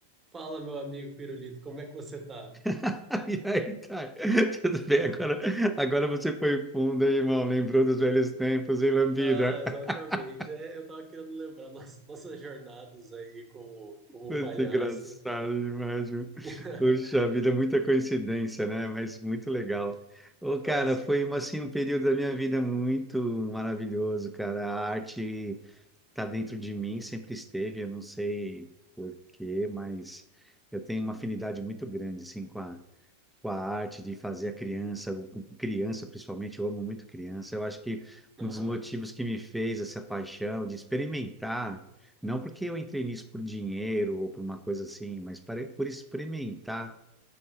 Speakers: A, on the right; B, in the centre.
A: Fala, meu amigo Pirulito, como é que você tá?
B: <laughs> E aí, tá. Tudo
A: <laughs>
B: bem, agora, agora você foi fundo, hein, irmão. Lembrou dos velhos tempos, hein, Lambida?
A: Ah, exatamente.
B: <laughs>
A: É, eu tava querendo lembrar nossas, nossas jornadas aí como, como
B: Foi
A: palhaço.
B: engraçado demais, viu?
A: <laughs>
B: Poxa vida, muita coincidência, né? Mas muito legal. Ô, cara,
A: Assim,
B: foi uma, assim, um período da minha vida muito maravilhoso, cara. A arte tá dentro de mim, sempre esteve, eu não sei por quê, mas eu tenho uma afinidade muito grande, assim, com a com a arte de fazer a criança, o- com criança principalmente, eu amo muito criança. Eu acho que
A: aham.
B: um dos motivos que me fez essa paixão de experimentar, não porque eu entrei nisso por dinheiro ou por uma coisa assim, mas para, por experimentar